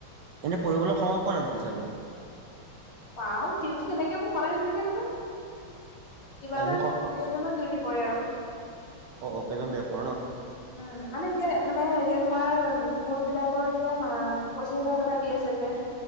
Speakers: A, on the right (about 65°); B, on the left (about 65°).
A: এনে পঢ়িবলৈ সময় পোৱা নাই তেতিয়ালৈ?
B: পাও ডিউটি তেনেকে মোক সদায় নেথাকে নহয়। কিবা এটা
A: এনে সপ
B: অকেজনত ডিউটি পৰে আৰু।
A: অ' অ' অকেজন বেয়া পোৱা ন?
B: উম মানে এতিয়া মানে এতিয়া তোমাৰ গোট বিলাকৰ যে পঁচিশ হেজাৰ টকা দি আছে যে।